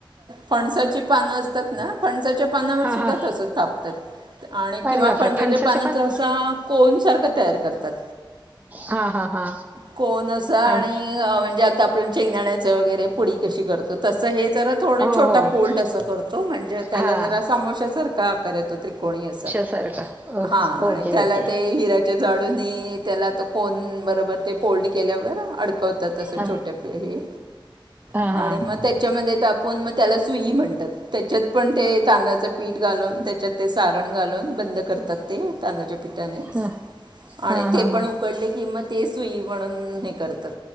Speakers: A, on the right; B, on the right.
A: फणसाची पान असतात ना फणसाच्या पानावर
B: हां,
A: सुद्धा
B: हां.
A: तस तापतात आणि किंवा
B: अरे बापरे!
A: पणजाच्या
B: फणसाच्या
A: पानाचा
B: पान?
A: असा कोनसारखं तयार करतात
B: हां, हां, हां.
A: कोण आणि
B: आम
A: म्हणजे आता आपण शेंगदाण्याच वगैरे पुडी कशी करतो तसं हे ज थोडा
B: हो,
A: छोटा
B: हो.
A: पोल्ड असं करतो म्हणजे त्याला
B: हां.
A: जरा समोशासारखा आकार येतो त्रिकोणी असा
B: सर का ओके
A: हा आणि त्याला
B: ओके.
A: ते हिऱ्याच्या जाडूननी त्याला त कोण बरोबर ते फोल्ड केल्यावर अडकवतात असं
B: हां.
A: छोट्या पिही
B: हां,
A: आणि
B: हां.
A: मग त्या त्याच्यामध्ये तर आपण मग त्याला सुई म्हणतात त्याच्यात पण ते तांदळाच पीठ घालून त्याच्यात ते सारण घालून बंद करतात ते तांदच्या पठाने
B: हां, हां,
A: ते
B: हां,
A: पण
B: हां.
A: उकड कि ते सुई म्हणून हे करतात